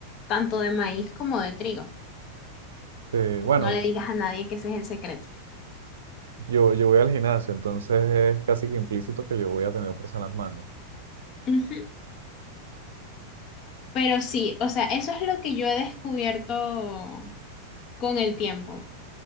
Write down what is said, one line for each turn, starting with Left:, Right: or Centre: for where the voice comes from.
Left: tanto de maíz como de trigo.
Right: Sí, bueno,
Left: No le digas a nadie que ese es el secreto.
Right: Yo, yo voy al gimnasio, entonces es casi que implícito que yo voy a tener fuerza en las manos.
Left: Ujú. Pero sí, o sea, eso es lo que yo he descubierto con el tiempo.